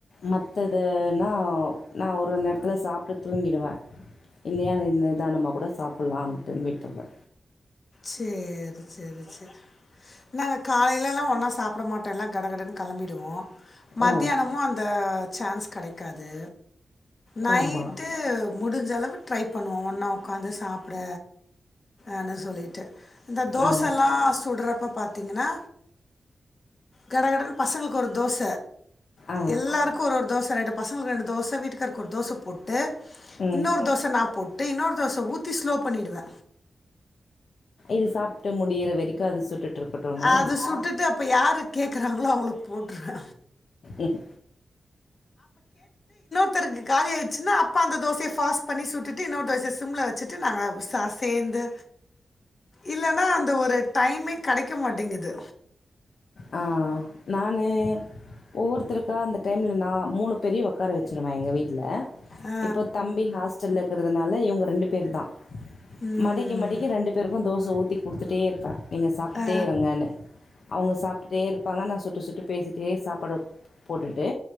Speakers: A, on the left (about 70°); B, on the left (about 45°).
A: மத்ததுனா நா ஒரு நேரத்துல சாப்டு தூங்கிடுவே இல்லியா இந்த இதா நம கூட சாப்புல்லாம்ட்டு விட்ருவே
B: சேர் சேரி செரி நாங்க காலைலல்லா ஒன்னா சா சாப்ட மாட் டோ எல்லா கடகடன்னு கெளம்பிடுவோ மத்தியானமு
A: ஆ
B: அந்த சான்ஸ் கெடைக்காது நைட்டு
A: ஆமாம்
B: முடிஞ்ச அளவு ட்ரை பண்ணுவோ ஒன்னா உக்காந்து சாப்ட அன்னு சொல்லி இந்த தோசல்லா
A: ஆ
B: சுடுறப்ப பாத்தீங்கன்னா கட கடன்னு பசங்களுக்கு ஒரு தோச
A: ஆ
B: எல்லாருக்கு ஒரு ஒரு தோச ரெண்டு பசங்களுக்கு ரெண்டு தோச வீட்டுக்காரக்கு ஒரு தோச போட் டு
A: ம்
B: இன்னொரு தோச நா போட்டு இன்னொரு தோச ஊத்தி ஸ்லோ பண்ணிடுவே
A: இது சாப்டு முடியிற வரைக்கு அது சுட்டுட்டு இருக்கட்டும்னா
B: அது சுட்டுட்டு அப்ப யாரு கேக் கறாங்களோ அவங்களுக்கு போட்ருவே
A: உம்
B: க்கு காலியாச்சுன்னா அப்ப அந்த தோசய ஃபாஸ்ட் பண்ணி சுட்டுட் டு இன்னொரு தோசய சிம்ல வெச்சிட்டு நாங்க சா சேந்து இல்லன்னா அந்த ஒரு டைமே கெடைக்க மாட்டேங்குது
A: ஆ நானு ஒவ்வொருத்தருக்கா அந்த டைமில நா மூணு பேரையு உட்கார வெச்சுருவே எங்க வீட்ல
B: ஆ,
A: இப்போ தம்பி ஹாஸ்டல்ல இருக்கறதுனால இவங்க ரெண்டு பேருதா
B: ம்,
A: மடக்கி மடக்கி ரெண்டு பேருக்கு தோச ஊத்திக் குடுத்துட்டே இர்ப்பா நீங்க சாப்டுட்டே
B: ஆ,
A: இருங்கனு அவுங்க சாப் சுட்டே இருப்பாங்க நான் சுட்டு சுட்டு பேசிட்டே சாப் பலுப் போடு ட்டு